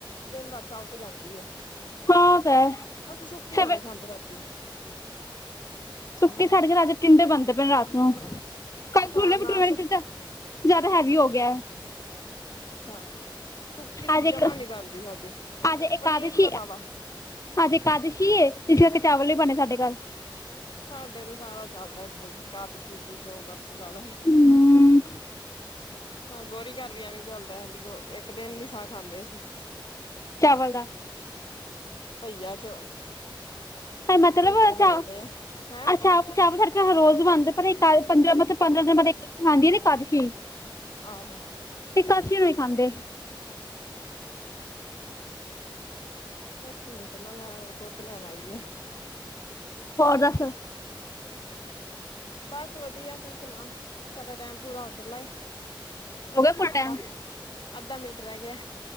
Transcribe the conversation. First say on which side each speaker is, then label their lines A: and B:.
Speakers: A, on the left; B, on the left.
A: ਦਿਨ ਰਾਤ ਚਲ ਤੇ ਜਾਂਦੀ ਐ
B: ਹਾਂ ਉਹ ਤਾਂ ਹੈ
A: ਅਸੀਂ ਸੁੱਕੀ ਕਿਉਂ
B: ਸਵੇ
A: ਨੀ ਖਾਂਦੇ ਰਾਫਤੀ,,,, <unintelligible>
B: <unintelligible> ਟੀਂਡੇ ਬਣਦੇ ਪਏ ਨੇ ਰਾਤ ਨੂੰ ਕੱਲ ਛੋਲੇ
A: ਹਾਂ
B: ਬੁਟੇਰੇ
A: ਨਾ ਸੁ
B: ਚ੍ਹ ਜਿਆਦਾ ਹੈਵੀ
A: ਸੁ
B: ਹੋ ਗਿਆ ਐ
A: ਅੱਛਾ ਸੁੱਕੀ ਸਬ
B: ਅੱਜ ਇੱਕ
A: ਜਮਾ ਨੀ ਬਣਦੀ ਸਾਡੇ
B: ਅੱਜ ਇਕਾਦਸ਼ੀ
A: ਪਨੀਰ ਤੋਂ ਅਲਾਵਾ
B: ਅੱਜ ਏਕਾਦਸ਼ੀ ਐ ਇਸ ਕਰਕੇ ਚਾਵਲ ਈ ਬਣੇ ਸਾਡੇ ਘਰ
A: ਸਾਡੇ ਤੇ ਸਾਰਾ ਚੱਲਦਾ ਦ ਕਦ ਸੀਗੀ <unintelligible> ਜੋ ਮਰਜੀ ਲਾਲੇ
B: ਹੂੰ
A: ਹਾਂ ਗੋਰੀ ਘਰ ਵੀ ਐਵੇਂ ਚੱਲਦਾ <unintelligible> ਹਿੰਦੀ ਇੱਕ ਦਿਨ ਨੀ ਸਾਹ ਖਾਂਦੇ ਅਸੀਂ
B: ਚਾਵਲ ਦਾ
A: ਭਈਆ ਚ
B: ਮਤਲਬ
A: ਬਈਏ
B: ਅੱਛਾ
A: ਬਣੇ ਪਏ ਆ ਹੈਂ
B: ਅੱਛਾ ਚਾਹ ਸਾਡੇ ਘ ਰੋਜ਼ ਬਣਦੇ ਪਰ ਇਕ ਪੰਦਰਾਂ ਮਤ ਪੰਦਰਾਂ ਦਿਨ ਮ <unintelligible> ਆਂਦੀ ਨਾ ਏਕਾਦਸ਼ੀ
A: ਆਹੋ
B: ਏਕਾਸ਼ੀ ਨੂੰ ਹੀ ਖਾਂਦੇ
A: ਅੱਛਾ, <inaudible> ਇੱਕ ਮਿੰਟ ਨਾ ਮੈਂ ਦੁੱਧ ਲੈਣ ਆਈਏ
B: ਹੋਰ ਦੱਸ
A: ਚਲੋ ਗ <unintelligible> ਬਸ ਵਧੀਆ, ਤੂੰ ਸੁਣਾ, ਸਾਡਾ ਟੈਮ ਪੂਰਾ ਹੋ ਚਲਾ ਏ,
B: ਹੋ ਗਿਆ ਪੂਰਾ ਟਾਈਮ
A: ਅਬਾ ਅੱਧਾ ਮਿੰਟ, ਰਹਿ ਗਿਆ